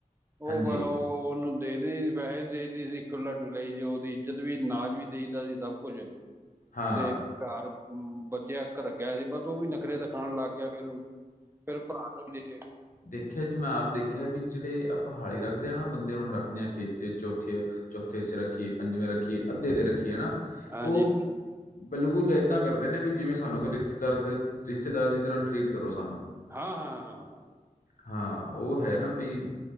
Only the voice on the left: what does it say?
ਹਾਂਜੀ
ਹਾਂ
ਦੇਖੇਆ ਜੀ, ਮੈਂ ਆਪ ਦੇਖੇਐ ਵੀ ਜਿਹੜੇ ਆਪਾਂ ਹਾਲੀ ਰੱਖਦੇ ਹਾਂ ਨਾ, ਬੰਦੇ ਹੁਣ ਰੱਖਦੇ ਹਾਂ ਖੇਤ 'ਚ ਚੋਥੇ ਚੌਥੇ ਹਿੱਸੇ ਰੱਖੀਏ, ਪੰਜਵੇਂ ਰੱਖੀਏ, ਅੱਧੇ ਦੇ ਰੱਖੀਏ ਹੈਨਾ
ਉਹ ਬਿਲਕੁਲ ਏਦਾਂ ਕਰਦੇ ਨੇ ਵੀ ਜਿਵੇਂ ਸਾਨੂੰ ਤਾਂ ਰਿਸ਼ਤੇਦਾਰ ਦੇ ਰਿਸ਼ਤੇਦਾਰਾ ਦੀ ਤਰ੍ਹਾਂ ਟਰੀਟ ਕਰੋ ਸਾਨੂੰ।
ਹਾਂ ਉਹ ਹੈ ਨਾ ਬਈ